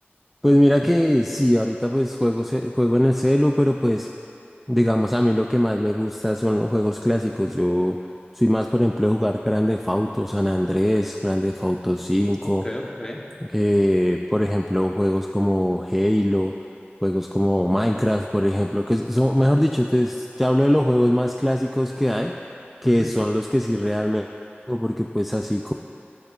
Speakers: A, in the centre; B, on the left.
A: Pues mira que sí, ahorita pues juego, ce- juego en el celu, pero pues digamos a mí lo que más me gusta son los juegos clásicos. Yo soy más, por ejemplo, de jugar Grand Theft Auto, San Andrés, Grand Theft Auto cinco.
B: Ok, ok.
A: Eh, por ejemplo, juegos como Halo, juegos como Minecraft, por ejemplo, que son, mejor dicho, te, te hablo de los juegos más clásicos que hay, que
B: Ujú.
A: son los que sí realmente, juego, porque pues así, co-